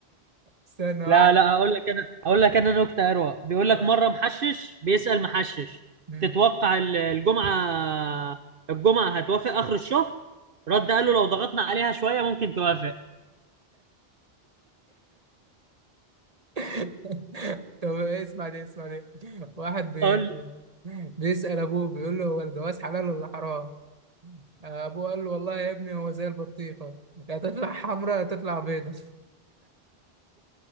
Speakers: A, on the right; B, on the right.
A: استنى واحد
B: لا لا اقول لك انا اقول لك انا نكته اروق بيقول
A: اه
B: لك مره محشش بيسأل محشش
A: مم.
B: تتوقع ال- الجمعه الجمعه هتوافق اخر الشهر رد قال له لو ضغطنا عليها شويه ممكن توافق
A: <laughs> طب اسمع دي اسمع دي واحد بي...
B: قول
A: بيسأل ابوه بيقول له هو الجواز حلال ولا حرام ابوه قال له والله يا ابني هو زي البطيخه يا تطلع حمراء يا تطلع بيضه